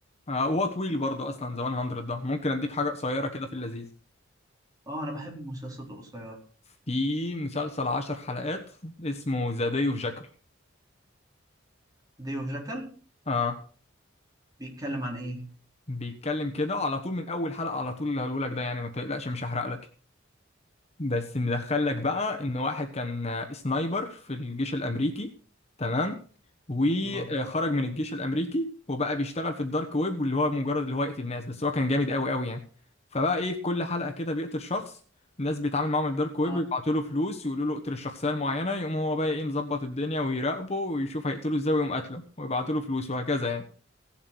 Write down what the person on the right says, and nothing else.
اه
آه، انا بحب المسلسلات القصيرة
ديو جاكل
بيتكلم عن ايه
اه
اه